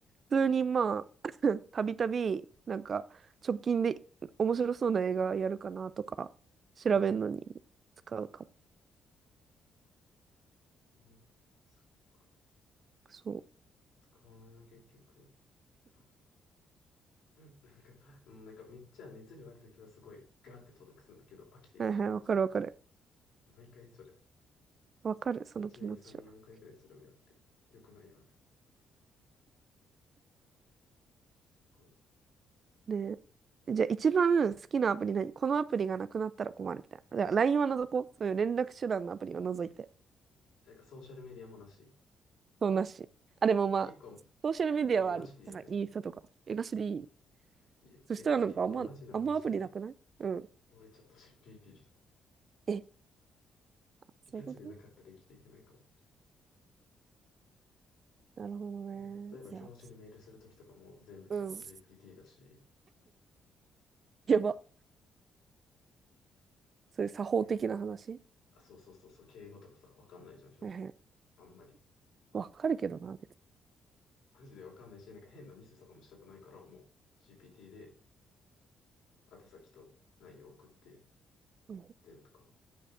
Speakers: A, on the right; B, on the left.
A: 普通にまあ、<laughs> たびたび、なんか、直近で面白そうな映画やるかなとか、調べるのに使うかも。
B: うん。うんそっか。
A: そ
B: 使わないな、結局。なんだ。<laughs> なんか、もうなんかめっちゃ熱量あるときはすごいガーって登録するんだけど、飽きてやっぱやめちゃうみたいな。
A: う。はいはい、わかるわかる。
B: 毎回それ。
A: わかる、その気持ちは。
B: 1年に3、4回ぐらいそれをやってる。よくないよね。この
A: ねじゃあ一番好きなアプリ何このアプリがなくなったら困るみたいな。じゃあ LINE は除こう。そういう連絡手段のアプリは除いて。
B: なんかソーシャルメディアもなし。
A: そうなし。あ、でもまあ、
B: え、結構い
A: ソーシャルメディアはあり。
B: いよ、なしでいいよ、
A: だからインスタとか。
B: 全然。
A: え、なしでいい。
B: いいよ。
A: そしたらなんかあんま、
B: え、なんか結構マジな話、
A: あんまアプリなくないうん。
B: 俺チャット GPT。
A: え、そういうこと
B: ガチでなかったら生きていけないかも。
A: なるほどね。
B: なんか例えば教授にメールするときとかも全部チャット
A: いや、うん。
B: GPT だし、
A: やば。そういう作法的な話。
B: なんかい、あ、そうそうそうそう、敬語とかさ、わかんないじゃん、正直。
A: はいはい。
B: あんまり。
A: わかるけどな、別に。
B: マジでわかんないし、なんか変なミスとかもしたくないから、もう GPT で宛先と内容送って、
A: うん
B: 全部かな。